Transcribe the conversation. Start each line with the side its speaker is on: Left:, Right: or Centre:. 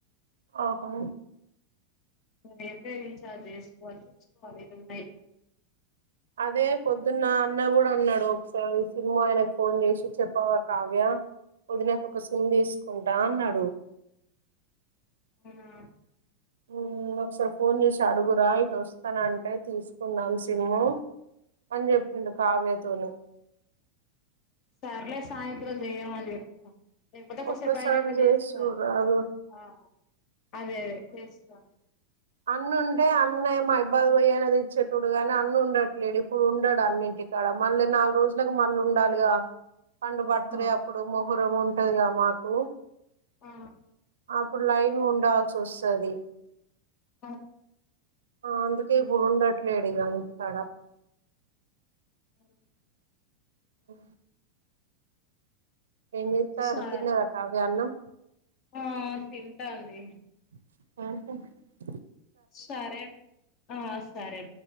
Right: ఆహా
Left: రేపే రీఛార్జ్ చేసుకుంకోవాలి తెచ్చుకోవాలి ఈరోజు నైట్ వరకు
Right: అదే పొద్దున్న అన్న కూడా అన్నాడు ఒకసారి సిమ్ ఆయనకు ఫోన్ చేసి చెప్పావా కావ్య ఒదినకొక ఒక సిమ్ తీసుకుంటా అన్నాడు
Left: ఉహు
Right: ఉమ్ ఒకసారి ఫోన్ చేసి అడుగురా ఇటు ఒస్తనంటే తీసుకుందాం సిమ్ము అని చెప్పిండు కావ్యతోని
Left: సర్లే సాయంత్రం చేయమని చెప్తా లేకపోతే
Right: ఒక్కసారి
Left: సేపైనంక
Right: చేసి
Left: చేస్తా
Right: చూడరాదు
Left: అదే అదే చేస్తా
Right: అన్ను ఉంటే అన్న ఏమయిబ్బాద్ పోయి అయిన తెచ్చేటోడు గాని అన్ను ఉండట్లేడు ఇప్పుడు ఉండడు అన్నింటికాడ మళ్ళ నాలుగు రోజులలకు మళ్ళ ఉండాలిగా పండు బర్త్డే
Left: ఆ
Right: అప్పుడు మొహరం ఉ టదిగా మాకు
Left: ఆ
Right: అప్పుడు లైన్ ఉండాల్సొస్తది
Left: ఆ
Right: ఆ అందుకే ఇప్పుడు ఉండట్లేడు ఇగ ఇంటికాడ
Left: అవును
Right: ఒ ఎం చెత్తర్రు
Left: సరే
Right: తిన్నదా సాతియన్నం
Left: ఆ తింటాంది
Right: ఆహా
Left: సరే ఆ సరే